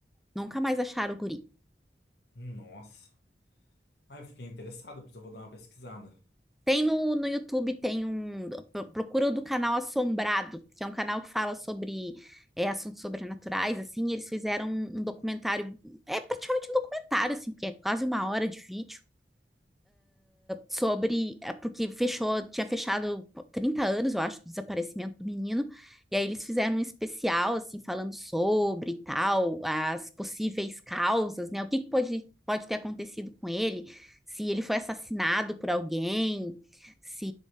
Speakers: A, in the centre; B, on the left (about 70°).
A: Nunca mais acharam o guri.
B: Nossa. Ah, eu fiquei interessado, pois eu vou dar uma pesquisada.
A: Tem no, no YouTube, tem um. Procura o do canal Assombrado, que é um canal que fala sobre é, assuntos sobrenaturais, assim, e eles fizeram um, um documentário, é praticamente um documentário, assim, que é quase uma hora de vídeo sobre. eh, Porque fechou, tinha fechado 30 anos, eu acho, do desaparecimento do menino. E aí eles fizeram um especial, assim, falando sobre e tal, as possíveis causas, né? O que que pode, pode ter acontecido com ele, se ele foi assassinado por alguém, se